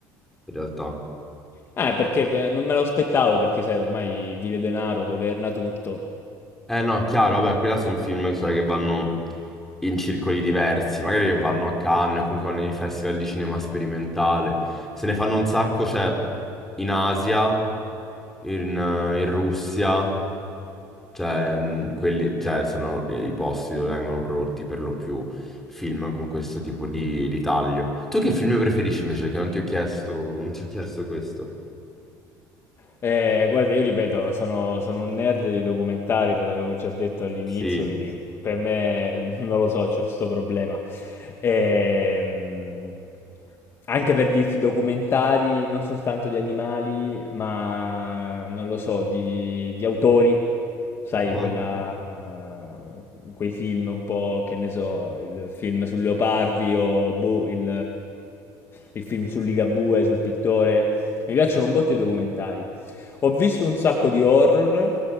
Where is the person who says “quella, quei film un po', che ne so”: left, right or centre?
Left